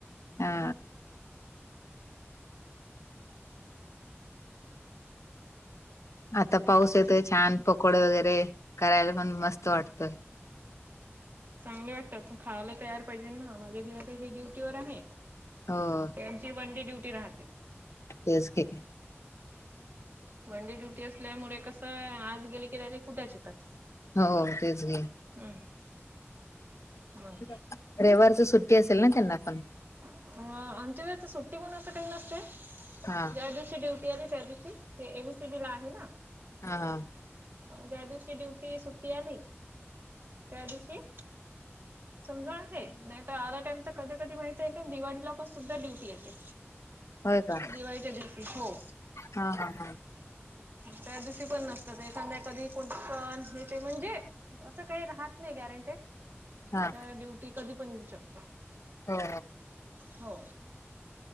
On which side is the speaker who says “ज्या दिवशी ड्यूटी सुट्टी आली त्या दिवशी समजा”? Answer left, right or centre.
Right